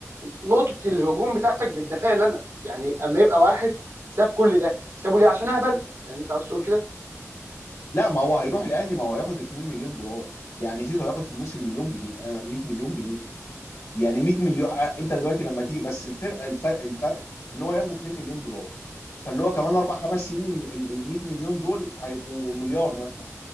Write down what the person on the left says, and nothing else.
لا ما هو هيروح الأهلي ما هو هياخد 2 مليون دولار يعني زيزو هياخد في الموسم مليون جنيه آه، 100 مليون جنيه يعني 100 مليون آه، انت دلوقتي لما تيجي بس الفرق الفرق, الفرق ان هو ياخدوا 2 مليون دولار فاللي هو كمان اربع خمس سنين ال 100 مليون دول هيبقوا مليار مثلا